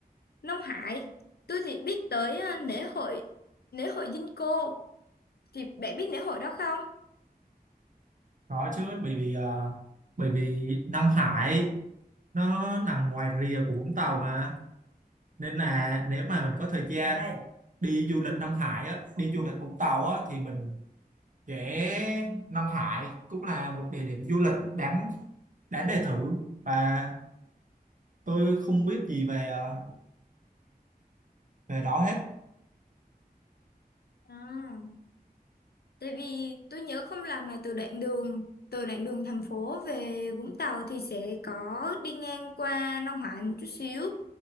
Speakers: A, on the left (about 75°); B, on the right (about 55°).
A: Nông Hải tôi thì biết tới ờ, lễ hội lễ hội Vinco thì bạn biết lễ hội đó không
B: đó chứ bởi vì ờ, bởi vì Nam Hải nó nằm ngoài rìa của Vũng Tàu mà nên là nếu mà mình có thời gian đi du lịch Nam Hải á, đi du lịch Vũng Tàu á thì mình sẽ Nam Hải cũng là một địa điểm du lịch đáng đáng để thử và tôi không biết gì về ờ, về đó hết.
A: à, tại vì tôi nhớ không làm mà từ đoạn đường từ đoạn đường thành phố về Vũng Tàu thì sẽ có đi ngang qua Nông Hải một chút xíu